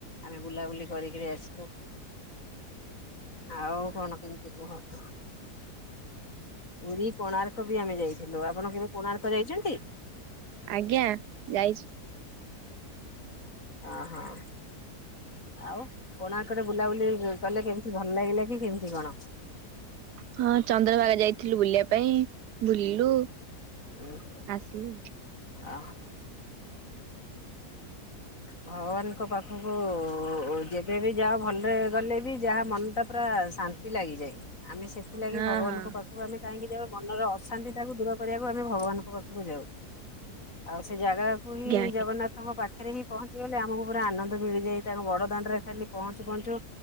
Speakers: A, on the left; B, on the right.
A: ଆମେ ବୁଲାବୁଲି କରିକିରି ଆସିଲୁ। ଆଉ କଣ କେମିତି କୁହନ୍ତୁ? ପୁରୀ କୋଣାର୍କ ବି ଆମେ ଯାଇଥିଲୁ। ଆପଣ କେବେ କୋଣାର୍କ ଯାଇଛନ୍ତି?
B: ଆଜ୍ଞା ଯାଇଛି।
A: ଅହ ଆଉ? କୋଣାର୍କରେ ବୁଲାବୁଲି କଲେ କେମିତି ଭଲ ଲାଗିଲା କି କେମିତି କଣ?
B: ହଁ ଚନ୍ଦ୍ରଭାଗା ଯାଇଥିଲୁ ବୁଲିବା ପାଇଁ ବୁଲିଲୁ।
A: ହୁଁ
B: ଆସିଲୁ
A: ଅହ। ଭଗବାନଙ୍କ ପାଖକୁ ଯେବେବି ଯାଅ ଭଲରେ ଗଲେ ବି ଯାହା ମନଟା ପୁରା ଶାନ୍ତି ଲାଗିଯାଏ ଆମେ ସେଥିଲାଗି
B: ହଁ
A: ଭଗବାନଙ୍କ
B: ହଁ
A: ପାଖକୁ ତା ଆମେ କାହିଁକି ଯାଉ ମନର ଅଶାନ୍ତି ଟାକୁ ଦୂର କରିବାକୁ ଆମେ ଭଗବାନଙ୍କ ପାଖକୁ ଯାଉ। ଆଉ ସେ ଜାଗାକୁ
B: ଆଜ୍ଞା।
A: ହିଁ ଜଗନ୍ନାଥଙ୍କ ପାଖରେ ହିଁ ପହଞ୍ଚି ଗଲେ ଆମକୁ ପୁରା ଆନନ୍ଦ ମିଳିଯାଏ ତାଙ୍କ ବଡ ଦାଣ୍ଡରେ ଖାଲି ପହଞ୍ଚୁ ପହଞ୍ଚୁ